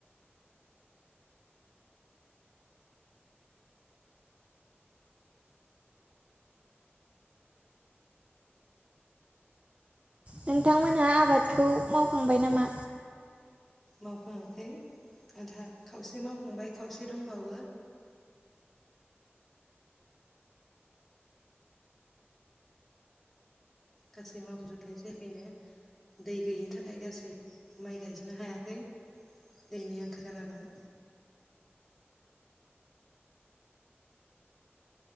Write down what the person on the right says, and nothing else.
नोंथांमोनहा आबादखौ मावखांबाय नामा?